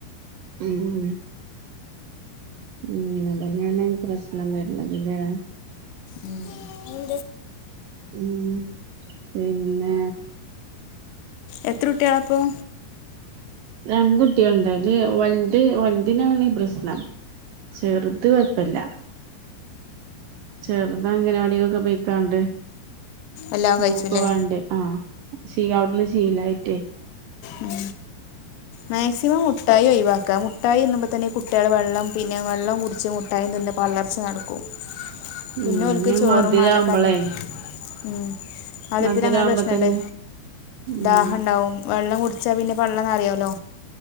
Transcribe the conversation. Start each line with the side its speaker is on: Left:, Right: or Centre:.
Right: ഉം ഉം അങ്ങനെ തന്നെയാണ് ഈ പ്രശ്നം വരുന്നതല്ലേ
Left: ഉം
Right: ഉം പിന്നെ
Left: എത്ര കുട്ട്യാളാ അപ്പം?
Right: രണ്ട് കുട്ടികൾ ഇണ്ട് അയില് വൽത് വൽതിനാണ് ഈ പ്രശ്നം ചെറ്ത് കൊഴപ്പല്ല ചെർത് അംഗന വാടിലൊക്കെ പൊയ്ക്കാണ്ട്
Left: എല്ലാം
Right: <unintelligible>
Left: കഴിച്ചു അല്ലേ
Right: ആഹ് ചീ അവിടുന്ന് ശീലായിട്ടേ
Left: ഉം മാക്സിമം മുട്ടായി ഒയിവാക്ക മുട്ടായി തിന്നുമ്പം തന്നെ ഈ കുട്ട്യാള് വെള്ളം പിന്നെ വെള്ളം കുടിച്ച് മുട്ടായിം തിന്ന് വളർച്ച നടക്കും പിന്നെ
Right: ഉം
Left: ഒൽക്ക്
Right: ഇനി
Left: ചോറും
Right: മധുരാവുമ്പളേ
Left: മാണ്ട കഞ്ഞീം ഉം മധുരത്തിന്
Right: മധുരാവുമ്പ
Left: അങ്ങനെ പ്രശ്നണ്ട്
Right: തന്നെ ഉം
Left: ദാഹം ഇണ്ടാവും വെള്ളം കുടിച്ചാ പിന്നെ പള്ള നെറയോല്ലോ